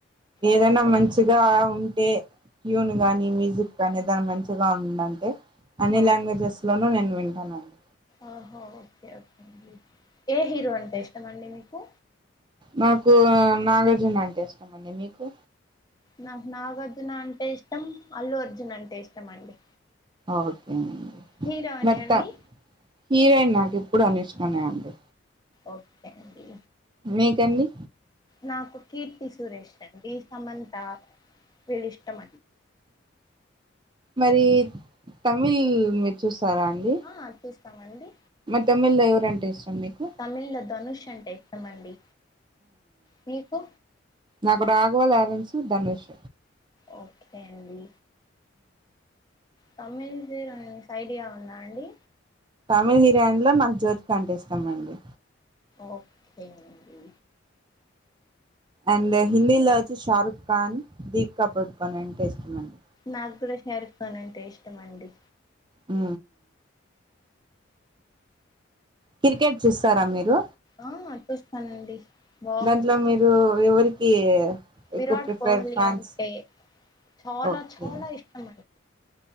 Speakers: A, on the right; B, on the left.
A: ఏదైనా
B: ఓహో
A: మంచిగా ఉం టే ట్యూన్ గానీ, మ్యూజిక్ కానీ దాని మంచిగా ఉంద అంటే అన్ని
B: ఆ
A: లాంగ్వేజెస్ లోనూ నేను వింటానండి.
B: ఆహో ఓకే ఓకే అండి ఏ హీరో అంటే ఇష్టమండి మీకు?
A: నాకు నాగార్జున అంటే ఇష్టం అండి మీకు?
B: నాకు నాగార్జున అంటే ఇష్టం. అల్లు అర్జున్ అంటే ఇష్టం అండి.
A: ఓకేండి
B: హీరోని
A: మరి
B: అండి
A: త హీరోయిన్ నాకు ఎప్పుడు అనుష్కనే అండి.
B: ఓకే అండి
A: మీకండి?
B: నాకు కీర్తి సురేష్ అండి సమంత వీళ్ళు ఇష్టమ
A: మరి తమిళ్ మీరు చూస్తారా అండి?
B: ఆ, చూస్తామండి
A: మ తమిళ లో ఎవరంటే ఇష్టం మీకు?
B: తమిళ్లో ధనుష్ అంటే ఇష్టమండి మీకు?
A: నాకు రాఘవ లారెన్స్, ధనుష్
B: ఓకే అండి తమిల్ హీరోయిన్స్ ఐడియా ఉందా అండి?
A: తమిళ్ హీరోయిన్ లో నాకు జ్యోతిక అంటే ఇష్టమండి.
B: ఓకే అండి
A: అండ్ హిందీలో వచ్చి షారుక్ ఖాన్, దీప్కాపదుకొని అంటే ఇష్టమండి.
B: నాకు కూడా షారుక్ ఖాన్ అంటే ఇష్టమండి.
A: ఉ క్రికెట్ చూస్తారా మీరు?
B: ఆ చూస్తానండి బాగా
A: దాంట్లో
B: చూస్తాను
A: మీరు ఎవరికి
B: విరాట్
A: ఎక్కువ ప్రిఫర్
B: కోహ్లీ
A: ఫ్యాన్స్
B: అంటే చాలా
A: ఓకే
B: చాలా ఇష్టమండి.